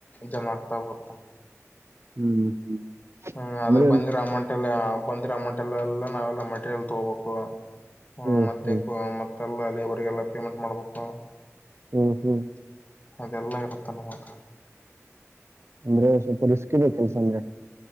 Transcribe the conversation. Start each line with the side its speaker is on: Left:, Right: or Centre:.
Left: ಜಮಾ ಆಗ್ತಾ ಹೋಗುತ್ತೆ
Right: ಹ್ಮ್ ಹ್ಮ್
Left: ಹ್ಮ್ ಅದ
Right: ಅಂದ್ರೆ
Left: ಬಂದಿರಮಂಟ್ ಬಂದಿರಮಂಟಲ್ಲ ಎಲ್ಲ ನಾವೆಲ್ಲ ಮೆಟೀರಿಯಲ್ ತಗೋಬೇಕು ಹ
Right: ಹ್ಮ್
Left: ಮತ್ತೆ
Right: ಹ್ಮ್
Left: ಮ ಲ್ಲ ಲೇಬರ್ಗೆಲ್ಲ ಪೇಮೆಂಟ್ ಮಾಡ್ಬೇಕು
Right: ಹ್ಮ್ ಹ್ಮ್
Left: ಅದೆಲ್ಲಾ ಇರುತ್ತ ನಮತ್ರ.
Right: ಅಂದ್ರೆ ಸ್ವಲ್ಪ ರಿಸ್ಕ ರ ಕೆಲ್ಸ ಅಂದ್ರೆ